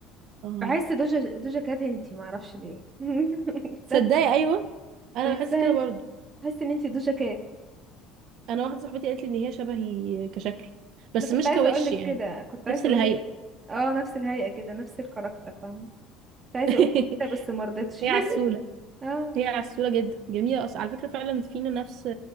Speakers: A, on the right; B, on the right.
A: اه
B: بحس دوجا دوجا كات انتي ما اعرفش ليه <laughs>
A: صدقي
B: صدمة.
A: ايوه انا
B: بحسها
A: بحس كده
B: انتي
A: برضو
B: بحس ان انتي دوجا كات
A: انا واحدة صاحبتي قالت لي ان هي شبهي كشكل بس
B: انا كنت
A: مش
B: عايزه
A: كوش
B: اقول لك
A: يعني
B: كده كنت عايزه
A: نفس الهيئة
B: اقول لك اه نفس الهيئه كده نفس الكاركتر فاهمه كنت عايزه
A: <laughs>
B: اقول لك كده بس ما رضيتش
A: هي عسولة
B: <laughs> اه
A: هي عسولة جدا جميلة أصلا على فكرة فعلا فينا نفس